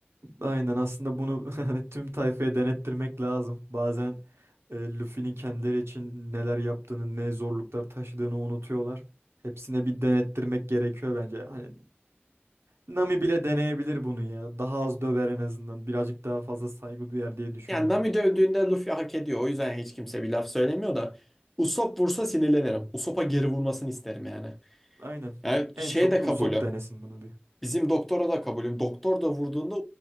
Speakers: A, on the right (about 80°); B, in the centre.
A: aynen aslında bunu <laughs> hani tüm tayfaya denettirmek lazım. Bazen e, Luffy'nin kendileri için neler yaptığını, ne zorluklar taşıdığını unutuyorlar. Hepsine bir denettirmek gerekiyor bence. Hani Nami bile deneyebilir bunu ya. Daha az döver en azından. Birazcık daha fazla saygı duyar diye düşünüyorum.
B: Yani Nami dövdüğünde Luffy hak ediyor. O yüzden hiç kimse bir laf söylemiyor da. Usopp vursa sinirlenirim. Usopp'a geri vurmasını isterim yani.
A: Aynen.
B: Yani
A: En
B: şey
A: çok
B: de
A: da
B: kabulü.
A: Usopp denesin bunu bir.
B: Bizim doktora da kabulüm. Doktor da vurduğunda